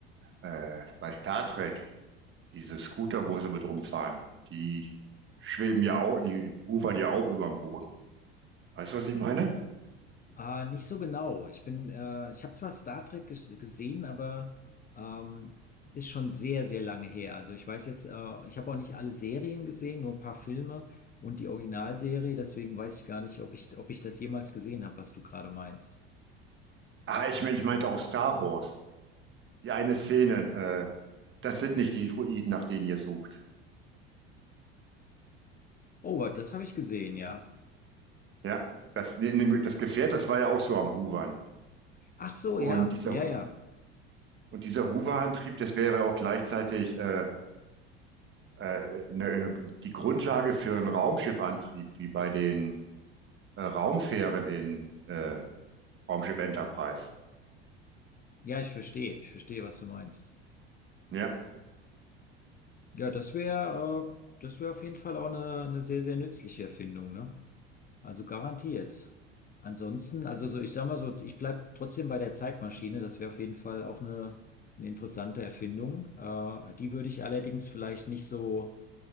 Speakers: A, on the right (about 35°); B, on the left (about 25°).
A: Äh, bei Star Trek, diese Scooter, wo sie mit rumfahren, die schweben ja auch, die hovern ja auch über dem Boden. Weißt du, was ich meine?
B: Äh, nicht so genau. Ich bin, äh, ich habe zwar Star Trek ges gesehen, aber ähm, ist schon sehr, sehr lange her. Also ich weiß jetzt, äh, ich habe auch nicht alle Serien gesehen, nur ein paar Filme und die Originalserie, deswegen weiß ich gar nicht, ob ich, ob ich das jemals gesehen habe, was du gerade meinst.
A: Ah, ich, mein- ich meinte auch Star Wars. Die eine Szene, äh, das sind nicht die Droiden, nach denen ihr sucht.
B: Oh, das habe ich gesehen, ja.
A: Ja, das, das Gefährt, das war ja auch so am Hovern.
B: Ach so,
A: Und
B: ja,
A: dieser,
B: ja, ja.
A: und dieser Hoverantrieb, das wäre auch gleichzeitig äh, äh, ne, äh, die Grundlage für einen Raumschiffantrieb, wie bei den äh, Raumfähren in äh, Raumschiff Enterprise.
B: Ja, ich verstehe, ich verstehe, was du meinst.
A: Ja,
B: Ja, das wäre, äh, das wäre auf jeden Fall auch eine, eine sehr, sehr nützliche Erfindung, ne? Also garantiert. Ansonsten, also so, ich sag mal so, ich bleib trotzdem bei der Zeitmaschine. Das wäre auf jeden Fall auch eine, eine interessante Erfindung. Äh, die würde ich allerdings vielleicht nicht so,